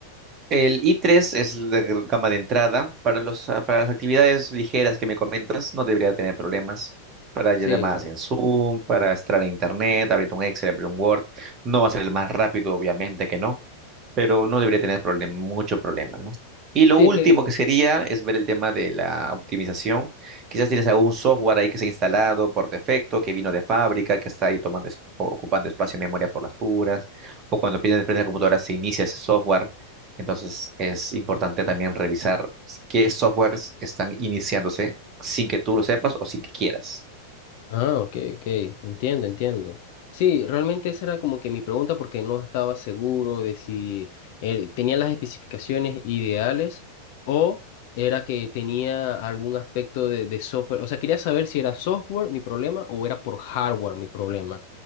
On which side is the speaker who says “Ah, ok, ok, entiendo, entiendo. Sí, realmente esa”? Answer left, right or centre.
Left